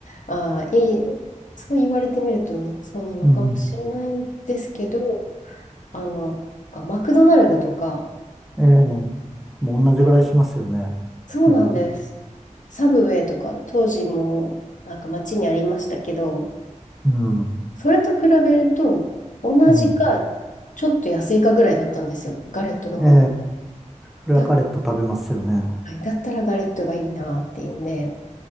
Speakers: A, on the left; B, in the centre.
A: あ、いい、そう言われてみると、そうなのかもしれないんですけど、
B: うん。
A: あの、かマクドナルドとか、
B: ええええもう同じぐらいしますよね。
A: はいそうなんです。
B: うん。
A: サブウェイとか、当時も、なんか街にありましたけど、
B: うん。
A: それと比べると、同じか、
B: うん。
A: ちょっと安いかぐらいだったんですよ、ガレットの方。
B: ええそれはガレット食べますよね。
A: だ、はい、だったらガレットがいいなっていうんで、